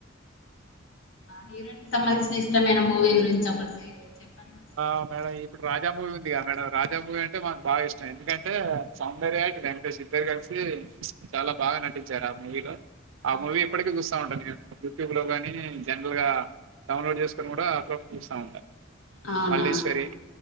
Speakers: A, on the left (about 85°); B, on the right (about 85°).
A: హీరోయిన్ కి సంబంధించి ఇష్టమైన మూవీ గురించి ఒకటి చెప్పండి
B: ఆ మేడం ఇప్పుడు రాజామూవీ ఉందిగా మేడం రాజామూవి అంటే మనకు బాగా ఇష్టం ఎందుకంటే సౌందర్య వెంకటేశు ఇద్దరు కలిసి ప్చ్ చాలా బాగా నటించారు ఆ మూవీలో ఆ
A: అవునా
B: మూవీ ఇప్పటిక చూస్తా ఉంటా నేను యూట్యూబ్ లో గాని జనరల్ గా డౌన్లోడ్ చేసుకొని కూడా అప్పుడప్పుడు చూస్తా ఉంటా
A: అవునా
B: మల్లేశ్వరి